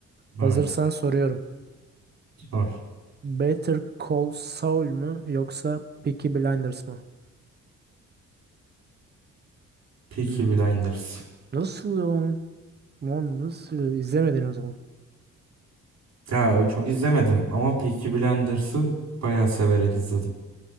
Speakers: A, on the right; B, on the right.
A: Hazırsan
B: Evet.
A: soruyorum.
B: Sor.
A: Better Call Saul mu yoksa Peaky Blinders mı?
B: Peaky
A: Hmm,
B: Blinders.
A: Nasıl ya? Lan nasıl? İzlemedin o zaman.
B: Ya çok izlemedim ama Peaky Blinders'ı bayağı severek izledim.